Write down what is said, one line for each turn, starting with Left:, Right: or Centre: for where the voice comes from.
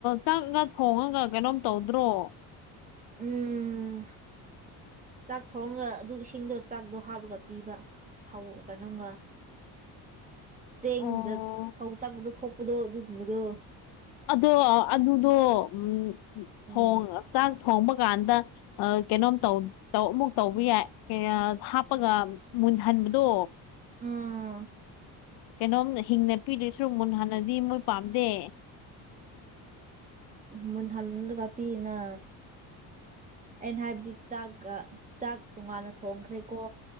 Left: ꯆꯥꯛ ꯉꯥꯛ ꯊꯣꯡꯉꯒ ꯀꯩꯅꯣꯝ ꯇꯧꯗ꯭ꯔꯣ
Right: ꯎꯝ ꯆꯥꯛ ꯊꯣꯡꯒ ꯑꯗꯨ ꯏꯁꯤꯡꯗꯣ ꯆꯥꯛꯗꯣ ꯍꯥꯞꯂꯒ ꯄꯤꯕ ꯁꯧ ꯀꯩꯅꯣꯝꯒ ꯆꯦꯡꯗ
Left: ꯑꯣ
Right: ꯐꯧ ꯇꯛꯄꯗ ꯊꯣꯛꯄꯗꯣ ꯑꯗꯨꯒꯨꯝꯕꯗꯣ
Left: ꯑꯗꯣ ꯑꯗꯨꯗꯣ ꯎꯝ
Right: ꯎꯝ
Left: ꯊꯣꯡꯉ ꯆꯥꯛ ꯊꯣꯡꯕ ꯀꯥꯟꯗ ꯀꯩꯅꯣꯝ ꯑꯃꯨꯛ ꯇꯧꯕ ꯌꯥꯏ ꯍꯥꯞꯄꯒ ꯃꯨꯟꯍꯟꯕꯗꯣ
Right: ꯑꯥ
Left: ꯀꯩꯅꯣꯝ ꯍꯤꯡꯅ ꯄꯤꯗꯣꯏꯁꯨꯛ ꯃꯨꯟꯍꯟꯅꯗꯤ ꯃꯣꯏ ꯄꯥꯝꯗꯦ
Right: ꯃꯨꯟꯍꯟꯕꯗ ꯄꯤꯅ ꯑꯩꯅ ꯍꯥꯏꯕꯗꯤ ꯆꯥꯛꯒ ꯆꯥꯛ ꯇꯣꯉꯥꯟꯅ ꯊꯣꯡꯈ꯭ꯔꯦꯀꯣ